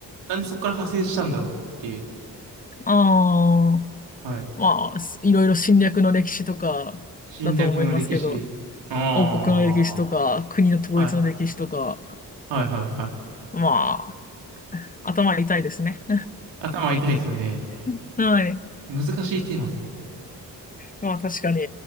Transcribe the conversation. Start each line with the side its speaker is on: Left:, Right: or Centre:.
Right: なんでそこから派生したんだろうっていう。
Left: ああ、
Right: はい。
Left: まあ、すいろいろ侵略の歴史とかだと思いますけど、
Right: 侵略の歴史。あ
Left: 王国の歴史とか、国の統一の歴史とか、
Right: あ。はい。はいはいはい。
Left: まあ、頭痛いですね。
Right: 頭痛いですね。
Left: <laughs> はい。
Right: 難しいテーマですね、これ。
Left: まあ、確かに。